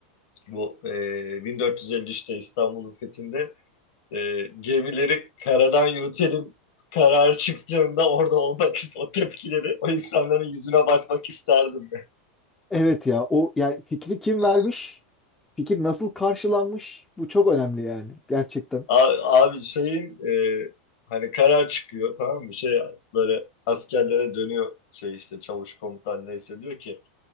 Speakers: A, on the left (about 55°); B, in the centre.
A: Bu e, 1453'te İstanbul'un fethinde e, gemileri karadan yürütelim karar çıktığında orada olmak ist- o tepkileri o insanların yüzüne bakmak isterdim.
B: Evet ya o yani fikri kim
A: ya.
B: vermiş? Fikir nasıl karşılanmış? Bu çok önemli yani gerçekten.
A: A- Abi şeyin e, hani karar çıkıyor tamam mı? Şey böyle askerlere dönüyor şey işte çavuş komutan neyse diyor ki